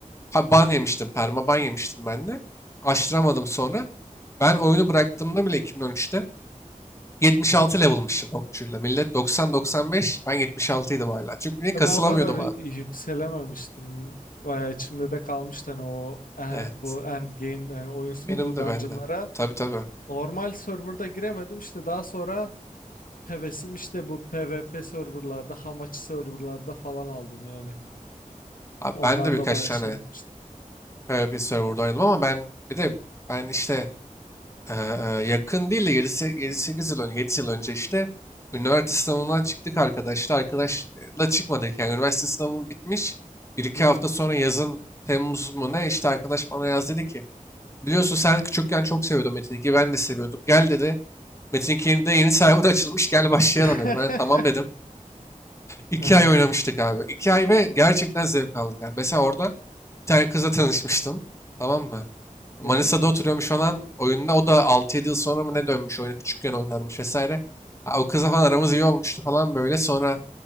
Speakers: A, on the left (about 20°); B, on the left (about 85°).
A: Ha, ban yemiştim, perma ban yemiştim ben de. Açtıramadım sonra. Ben oyunu bıraktığımda bile 2013'te 76 level'mışım okçuyla. Millet doksan doksan beş ben yetmiş altıydım hala. Çünkü niye kasılamıyordum
B: Ya Ben o kadar
A: abi.
B: yükselememiştim. Bayağı içimde de kalmıştı hani o e,
A: Evet.
B: bu end game yani oyun sonu
A: Benim
B: dungeonlara.
A: de bende de. Tabii tabii.
B: Normal serverda giremedim işte daha sonra hevesim işte bu PvP serverlarda, hamachi serverlarda falan aldım yani.
A: Abi
B: Onlar
A: ben de birkaç
B: da bayağı
A: tane
B: şey yapmıştı.
A: PvP server'da oynadım ama ben bir de ben işte e, e, yakın değil de yedi sekiz yıl önce, 7 yıl önce işte üniversite sınavından çıktık arkadaşlar. Arkadaşla çıkmadık yani. Üniversite sınavım bitmiş. bir iki
B: Hı hı.
A: hafta sonra yazın Temmuz mu ne işte arkadaş bana yaz dedi ki Biliyorsun sen küçükken çok seviyordun Metin 2'yi. Ben de seviyordum. Gel dedi. Metin 2'nin de yeni server açılmış. Gel başlayalım
B: <laughs>
A: dedi. Ben de tamam dedim. İki
B: Ee,
A: ay oynamıştık abi. İki ay ve gerçekten zevk aldık abi. Mesela orada bir tane kızla tanışmıştım. Tamam mı? Manisa'da
B: evet.
A: oturuyormuş falan oyunda. O da altı yedi yıl sonra mı ne dönmüş oyuna. Küçükken oynarmış vesaire. Ha, O kızla falan aramız iyi olmuştu falan böyle. Sonra